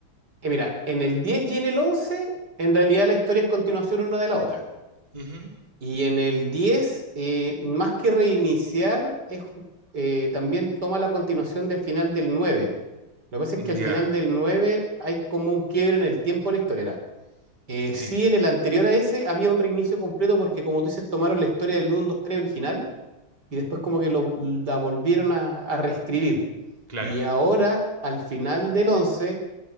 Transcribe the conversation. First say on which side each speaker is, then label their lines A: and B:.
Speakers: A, on the right (about 50°); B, on the right (about 20°).
A: Eh, mira, en el 10 y en el 11, en realidad la historia es continuación una de la otra.
B: Ujú.
A: Y en el 10, eh, más que reiniciar, es, eh, también toma la continuación del final del 9. Lo que pasa
B: Ya,
A: es que al final del 9 hay como un quiebre en el tiempo de la historia. ¿verdad? Eh,
B: sí,
A: sí, en el anterior a ese había un reinicio completo porque, como tú dices, tomaron la historia del uno 2 3 original y después como que lo, la volvieron a, a reescribir.
B: claro,
A: Y ahora, al final del 11,